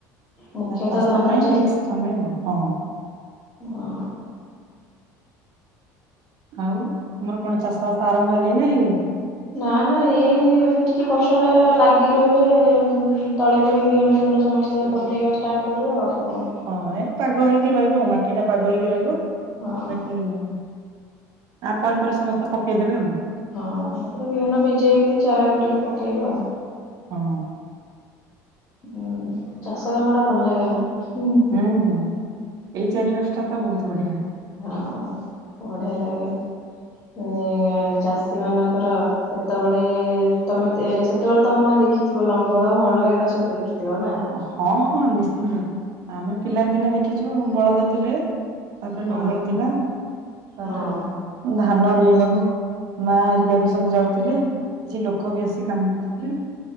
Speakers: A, on the left (about 35°); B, on the right (about 60°).
A: ମୁଖ୍ୟତଃ
B: ଚାଷ
A: ଧାନ
B: ପାଇଁ ଠିକ୍ ସମୟ ହଁ
A: ଓ
B: ଆଉ ତମର କଣ ଚାଷ ବାସ ଆରମ୍ଭ ହେଲେଣି ନା ହେଇନି
A: ନା ନା ଏଇ ଟିକେ ବର୍ଷା ଟା ଲାଗି ରହିଲେ ତଳି ଫଳି ବିହନ ଫିହନ ସମସ୍ତେ ପକେଇବା ଷ୍ଟାର୍ଟ କରିବା ଆଉ କଣ
B: ହଁ ଏ ପାଗ ହେଇକି ରହିବ ଆଉ ମାଟି ଟା ପାଗ ହେଇକି ରହିବ
A: ହଁ
B: ବାକି ତା ପରେ ପରେ ସମସ୍ତେ ପକେଇଦେବେ ଆଉ
A: ହଁ ତାପରେ ବିହନ ଭିଜେଇକରି ଚାରା କରିକି ପକେଇବେ ଆଉ
B: ହଁ
A: ହୁଁ ଚାଷ କାମ ଟା ଭଲ ଲାଗେ ନା ହୁଁ
B: ହୁଁ ହୁଁ ଏଇ ଚାରି ମାସଟା ତ ବହୁତ ବଢିଆ
A: ହଁ ବଢିଆ ଲାଗେ ଏ ଚାଷୀ ମାନଙ୍କର ସେତେବେଳେ ତମେ ସେତେବେଳେ ତମେ ଦେଖିଥିବ ଲଙ୍ଗଳ ହଳ ଏଇଗୁଡା ସବୁ ଦେଖିଥିବ ନା
B: ହଁ ହଁ ନିଶ୍ଚିନ୍ତ ଆମେ ପିଲାଦିନେ ଦେଖିଛୁ ବଳଦ ଥିଲେ ତାପରେ
A: ହଁ
B: ଲଙ୍ଗଳ ଥିଲା ତାପରେ
A: ହଁ
B: ଧାନ ରୋଇବାକୁ ମା ହେରିକା ବି ସବୁ ଯାଉଥିଲେ କିଛି ଲୋକ ବି ଆସି କାମ କରୁଥିଲେ